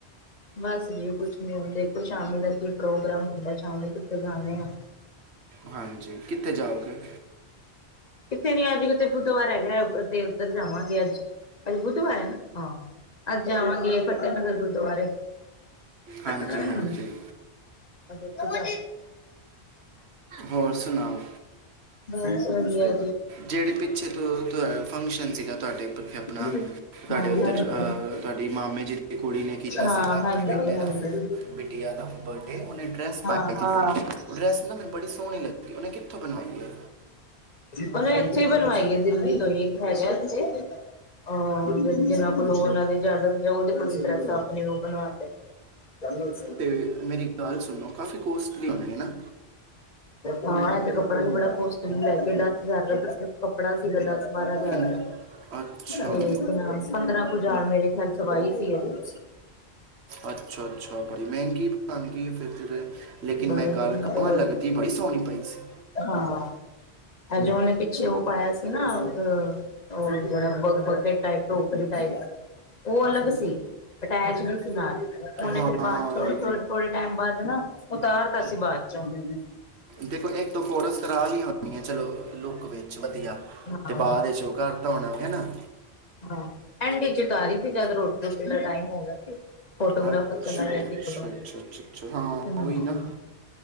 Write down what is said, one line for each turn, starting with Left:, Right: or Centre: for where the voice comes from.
Left: ਬਸ ਜੀ ਕੁਛ ਨੀ ਹੁਣ ਦੇਖੋ, ਸ਼ਾਮੀ ਦਾ ਕੀ ਪ੍ਰੋਗਰਾਮ ਹੁੰਦਾ ਸ਼ਾਮੀ। ਜਾਂਦੇ ਆ।
Right: ਹਾਂਜੀ ਕਿੱਥੇ ਜਾਓਗੇ?
Left: ਕਿੱਥੇ ਨੀ, ਅੱਜ ਕਿ ਬੁੱਧਵਾਰ ਹੈਗਾ, ਤੇ ਉੱਧਰ ਜਾਵਾਂਗੇ। ਅੱਜ- ਅੱਜ ਬੁੱਧਵਾਰ ਹੈ ਨਾ, ਹਾਂ। ਅੱਜ ਜਾਵਾਂਗੇ ਫ਼ਤਿਹ ਨਗਰ ਗੁਰਦੁਆਰੇ। ਫਤਹਿ
Right: ਹਾਂਜੀ ਹਾਂਜੀ
Left: ਜਵਾ
Right: ਹੋਰ ਸੁਣਾਓ।
Left: ਬਸ, ਵਧੀਆਂ।
Right: ਜਿਹੜੀ ਪਿੱਛੇ ਤੋਂ ਫੰਕਸ਼ਨ ਸੀਗਾ ਤੁਹਾਡੇ ਉੱਪਰ, ਫ ਆਪਣਾ।
Left: ਹਾਂ
Right: ਤੁਹਾਡੇ ਉੱਧਰ
Left: ਹਾਂਜੀ
Right: ਐ ਤੁਹਾਡੀ ਮਾਮੇ ਜੀ ਦੀ ਕੁੜੀ ਨੇ ਕੀਤਾ
Left: ਹਾਂ
Right: ਸੀਗਾ ਆਪਣੇ
Left: ਹਾਂਜੀ
Right: ਬੇਟੇ
Left: ਹਾਂਜੀ
Right: ਦਾ। ਬਿਟਆ ਦਾ ਬਰਥਡੇ ਔ ਨੇ ਡੈਸ ਪਾਕੇ
Left: ਹਾਂ
Right: ਜਾਣੀ ਏ, ਔ ਡੈਸ ਨਾ, ਮੈਨੂੰ ਬੜੀ ਸੋਹਣੀ ਲੱਗੀ। ਉਹਨੇ ਕਿੱਥੋਂ ਬਣਵਾਈ ਐ?
Left: ਉਹਨੇ ਇੱਥੇ ਈ ਬਣਵਾਈ ਹੈ, ਦਿੱਲੀ ਤੋਂ ਹੀ ਇੱਕ ਹੈਗਾ ਇੱਥੇ। ਹਾਂ, ਜਿਹਨਾਂ ਕੋਲ ਉਹਨਾਂ ਦੀ ਜੈਯਾਦਾਂ ਏ, ਉਹਦੇ ਕੋਲ ਡਰੈੱਸ ਆਪਣੀ ਉਹ ਬਣਵਾਉਂਦੇ ਨੇ। <unintelligible>
Right: ਤੇ ਮੇਰੀ ਗਲ ਸੁਣੋ, ਕਾਫੀ ਕੋਸਟਲੀ ਹੁੰਣੀ ਹੈ ਨਾ।
Left: ਹਾਂ, ਐ ਤੇ ਕੱਪੜਾ ਵੀ ਬੜਾ ਕੋਸਟਲੀ ਲੈ ਕੇ, ਦਸ ਹਜ਼ਾਰ ਦਾ ਸਿਰਫ਼ ਕੱਪੜਾ ਸੀਗਾ। ਬਾਰਾਹ ਹਜ਼ਾਰ
Right: ਕਿ
Left: ਦਾ
Right: ਅੱਛਾ
Left: ਉਹੀ ਤੇ ਨਾ ਪੰਦਰਾਹ ਕੁ ਹਜ਼ਾਰ ਮੇਰੇ ਖਿਆਲ ਸਵਾਹੀ ਸੀ ਇਹਦੀ।
Right: ਅੱਛਾ -ਅੱਛਾ, ਬੜੀ ਮਹਿੰਗੀ। ਮਹੰਗੀ ਐ ਤੇ ਫਿਰ ਲੇਕਿਨ
Left: ਬੜੇ
Right: ਮੈਂ ਗੱਲ
Left: ਦਿਨ
Right: ਕਵਾਂ,
Left: ਤੋਂ
Right: ਲੱਗਦੀ ਬੜੀ ਸੋਹਣੀ ਪਈ ਸੀ।
Left: ਹਾਂ ਜੋ ਉਹਨੇ ਪਿੱਛੇ ਉਹ ਪਾਇਆ ਸੀ ਨਾ ਆ। ਉਹੜ ਬ ਬਕੇਟ ਟਾਈਪ ਤੋਂ ਉਕਰੀ ਟਾਈਪ। ਉਹ ਅਲੱਗ ਸੀ ਅਟੈਚ ਨੀ ਸੀ ਨਾਲ। ਉਹਨੇ
Right: ਹਾਂ
Left: ਫੇਰ ਬਾਅਦ ਚ, ਥੋੜੇ ਥੋੜੇ ਟਾਈਮ ਬਾਅਦ ਨਾ, ਉਤਾਰ ਤਾਂ ਸੀਂ, ਬਾਅਦ ਚ ਆਉਦੇ।
Right: ਦੇਖੋ, ਇੱਕ ਦੋ ਫੋਟੋਸ ਕਰਾ ਲਈਆ ਉਦਿਆਂ, ਚਲੋ ਲੁੱਕ ਵਿੱਚ ਵਧੀਆ,
Left: ਹਾਂ
Right: ਤੇ ਬਾਅਦ ਵਿੱਚ ਉਹ ਘਰ। ਧੋਣੋ ਗੇ ਨਾ
Left: ਹਾਂ, ਐਂਡ ਈਚ ਉਤਾਹੀ ਸੀ, ਜਦ ਰੋਟੀ -ਰੋਟੀ ਦਾ ਟਾਈਮ ਹੋ ਗਿਆ ਸੀ। ਫੋਟੋਗ੍ਰਾਫਰ
Right: ਅੱਛਾ- ਅੱਛਾ-
Left: ਚਲਾ ਗਿਆ ਸੀ
Right: ਅੱਛਾ
Left: ਉਦੋਂ
Right: -ਅੱਛਾ -ਅੱਛਾ ਹਾਂ
Left: ਹਮ
Right: ਔਹੀ ਨਾ।